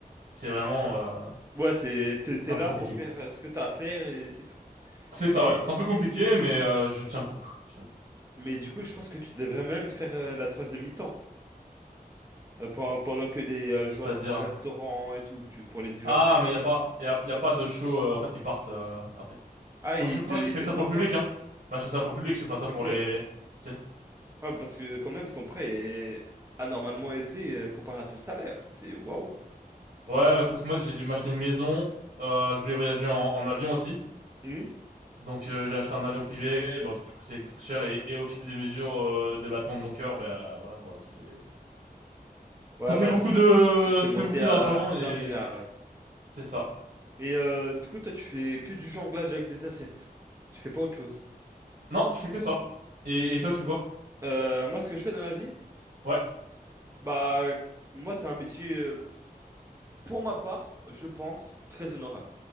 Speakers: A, on the right; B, on the right.
A: c'est vraiment euh,
B: Ouais, c'est, t'es, t'es
A: c'est un
B: là
A: peu compliqué
B: pour faire
A: quoi.
B: euh, ce que t'as à faire et c'est tout.
A: C'est ça
B: Mais,
A: ouais, c'est un peu compliqué mais euh, je tiens le coup, je tiens le coup.
B: mais du coup, je pense que tu devrais même faire euh, la troisième mi-temps. euh, pen- pendant que les euh, joueurs
A: C'est-à-dire
B: vont au restaurant et tout, tu, pour les divertir.
A: ah mais y a pas y a, y a pas de show euh, en fait ils partent euh, après.
B: Ah,
A: Moi,
B: ils
A: je fais pas,
B: te, ils
A: je fais
B: te
A: ça
B: demandent
A: pour le public,
B: pas?
A: hein. Moi, je fais ça pour le public, je fais pas ça pour
B: Ok, ouais.
A: les... Tu sais.
B: Ouais, parce que quand même, ton prêt est anormalement élevé euh, comparé à ton salaire. C'est waouh.
A: Ouais, bah, c'est parce qu'en fait, j'ai dû m'acheter une maison. Euh, je voulais voyager en, en avion aussi.
B: Hmm
A: Donc, euh, j'ai acheté un avion privé. Bon, du coup, ça coûte cher. Et, et au fil des mesures, euh, des battements de mon cœur, bah, voilà, quoi. C'est...
B: Ouais,
A: Ça fait
B: bah,
A: beaucoup
B: c'est
A: de...
B: c'est
A: Ça
B: monté
A: fait beaucoup
B: à
A: d'argent
B: plusieurs
A: et...
B: milliards, ouais.
A: C'est ça.
B: Et euh, du coup, toi, tu fais que du jonglage avec des assiettes. Tu fais pas autre chose.
A: Non, je fais que ça. Et, et toi, tu fais quoi?
B: Euh, moi, ce que je fais dans la vie,
A: Ouais,
B: bah, moi, c'est un métier, euh, pour ma part, je pense, très honorable.